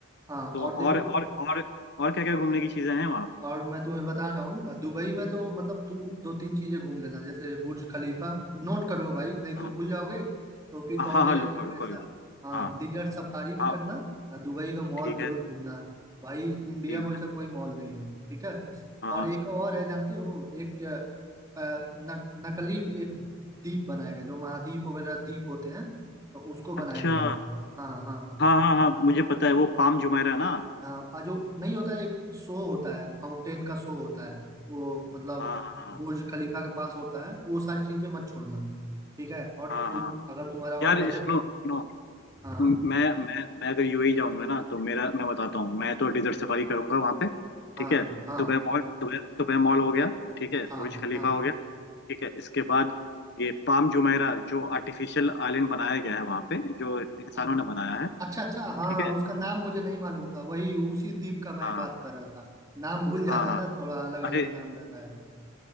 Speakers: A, on the right; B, on the left.
A: हाँ
B: तो
A: और देखो
B: और और और और क्या क्या घूमने की चीजें हैं वहां पे
A: और मैं तुम्हें बता रहा हूँ दुबई में तो मतलब तुम दो तीन चीजें घूम लेना जैसे बुर्ज खलीफा नोट कर लो भाई नहीं तो
B: हाँ
A: भूल जाओगे तो फिर
B: हाँ
A: कहोगे
B: हाँ
A: यार
B: रुको
A: कि
B: रुको
A: पैसा
B: रुको
A: हाँ
B: हाँ
A: डिजर्ट सफारी भी
B: हाँ
A: करना और दुबई का मॉल
B: ठीक
A: जरूर
B: है
A: घूमना भाई इंडिया
B: ठीक
A: में वैसा
B: है
A: कोई मॉल नहीं है ठीक है
B: हाँ
A: और एक और
B: हाँ।
A: है जानते हो एक अ, अ, न, नकली एक द्वीप बनाया गया जो महाद्वीप वगैरह द्वीप होते हैं तो उसको बनाया
B: अच्छा
A: गया है हाँ हाँ
B: हाँ हाँ हाँ मुझे पता है वो पाम जुमेरा ना
A: हाँ आ जो नहीं होता है, एक शो होता है फाउंटेन का शो होता है वो मतलब
B: हाँ हाँ
A: बुर्ज खलीफा के पास होता है वो सारी चीजें मत छोड़ना ठीक है और
B: हाँ
A: तुम
B: हाँ हाँ।
A: अगर तुम्हारा
B: यार
A: और बजट
B: सुनो सुनो
A: हाँ
B: मैं मैं मैं अगर यूएई जाऊंगा ना तो मेरा मैं बताता हूँ मैं तो डिजर्ट सफारी करूंगा वहां पे
A: हाँ
B: ठीक है
A: हाँ
B: Dubai mall Dubai Dubai mall हो गया ठीक है
A: हाँ
B: बुर्ज खलीफा
A: हाँ
B: हो गया ठीक है इसके बाद ये पाम जुमेरा जो आर्टिफिशियल आइलैंड बनाया गया है वहां पे जो इंसानों
A: अ-
B: ने बनाया है
A: अच्छा अच्छा हाँ
B: ठीक है
A: उसका नाम मुझे नहीं मालूम था वही उसी द्वीप का मैं
B: हाँ
A: बात कर रहा था नाम भूल जाता
B: हाँ हाँ
A: है ना थोड़ा अलग
B: अरे
A: अलग नाम रहता है तो